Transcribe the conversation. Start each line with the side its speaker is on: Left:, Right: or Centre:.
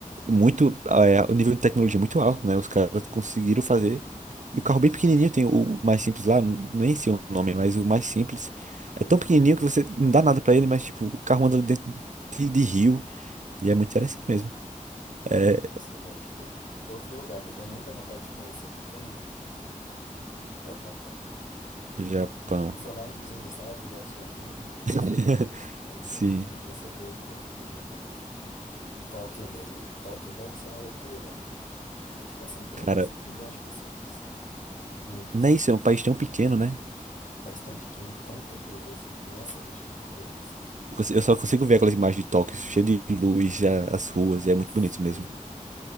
Right: muito, é, o nível de tecnologia é muito alto, né? Os caras
Left: Sim,
Right: conseguiram fazer. E o carro bem pequenininho, tem o mais simples lá, n- nem sei o nome, mas o mais simples
Left: Dolphin.
Right: é tão pequenininho que você não dá nada pra ele, mas tipo, o carro anda dentro de, de rio e é muito interessante mesmo. É,
Left: Mas isso, velho. Tipo, outro lugar que eu tenho muita vontade de conhecer também é o Japão.
Right: Japão.
Left: Eu sou nerdzinho, sabe? Gosto de anime,
Right: <laughs>
Left: gosto de jogos
Right: Sim,
Left: de anime, então eu sou doido pela cultura japonesa. Tóquio mesmo. E Tóquio deve ser uma loucura. Tipo assim, trinta
Right: cara,
Left: e cinco milhões de pessoas juntas.
Right: não é isso, é um país tão pequeno, né?
Left: Um país tão pequeno e tão populoso. Nossa, eu acho muito doido isso.
Right: Eu conse- eu só consigo ver aquelas imagens de Tóquio, cheio de luz, a- as ruas, e é muito
Left: Sim.
Right: bonito mesmo.